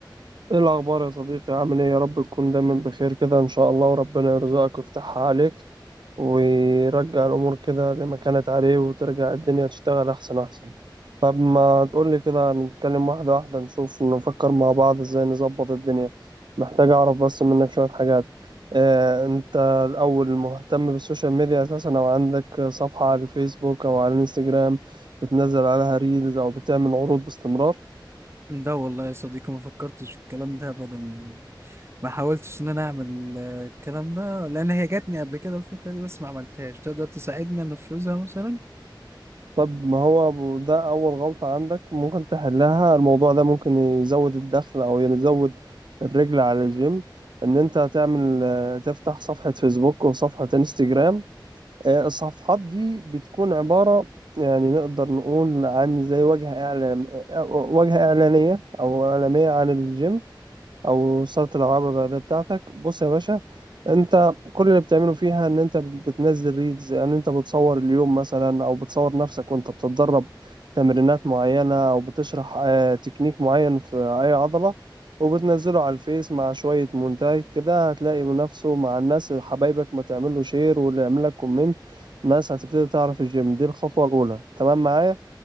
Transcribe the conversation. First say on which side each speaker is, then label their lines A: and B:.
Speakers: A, on the right; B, on the right.
A: ايه الاخبار يا صديقي عامل ايه يا رب تكون دايما بخير كده ان شاء الله وربنا يرزقك ويفتحها عليك ويرجع الامور كده لما كانت عليه وترجع الدنيا تشتغل احسن احسن طب ما تقول لي كده نتكلم واحده واحده نشوف نفكر مع بعض ازاي نظبط الدنيا محتاج اعرف بس منك شويه حاجات آه، انت الاول مهتم بالسوشيال ميديا اساسا او عندك صفحه على الفيسبوك او على الانستجرام بتنزل عليها ريلز او بتعمل عروض باستمرار
B: ده والله يا صديقي ما فكرتش في الكلام ده ابدا ما حاولتش ان انا اعمل آه، الكلام ده لان هي جاتني قبل كده الفكره دي بس ما عملتهاش تقدر تساعدني انفذها مثلا
A: طب ما هو ب- ده أول غلطة عندك ممكن تحلها الموضوع ده ممكن يزود الدخل أو يزود الرجل على الجيم إن أنت هتعمل آه، تفتح صفحة فيسبوك وصفحة انستجرام آه، الصفحات دي بتكون عبارة يعني نقدر نقول عن زي وجهة إعلان آه، وجهة إعلانية أو إعلامية عن الجيم او صاله الالعاب الرياضيه بتاعتك بص يا باشا انت كل اللي بتعمله فيها ان انت بتنزل ريلز يعني انت بتصور اليوم مثلا او بتصور نفسك وانت بتتدرب تمرينات معينه او بتشرح آه، تكنيك معين في اي عضله وبتنزله على الفيس مع شويه مونتاج كده هتلاقي نفسه مع الناس حبايبك ما تعمل له شير واللي يعمل لك كومنت الناس هتبتدي تعرف الجيم دي الخطوه الاولى تمام معايا